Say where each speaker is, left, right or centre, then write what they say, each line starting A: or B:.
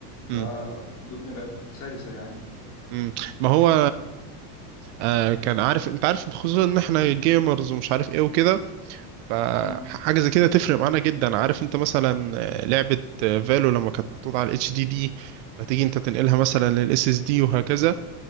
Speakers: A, on the left; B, on the right.
A: بقى
B: مم.
A: الدنيا بقت سلسة يعني
B: مم. ما هو آه كان عارف انت عارف خصوصا ان احنا جيمرز ومش عارف ايه وكده فحاجه
A: مم.
B: زي كده تفرق معانا جدا عارف انت مثلا آه، لعبه آه، فالو لما كانت محطوطه على الاتش دي دي فتيجي انت تنقلها مثلا للاس اس دي وهكذا